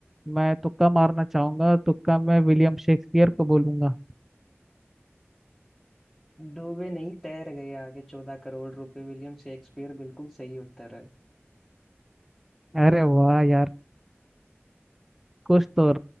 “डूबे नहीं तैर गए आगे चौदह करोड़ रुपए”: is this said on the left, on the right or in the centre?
Left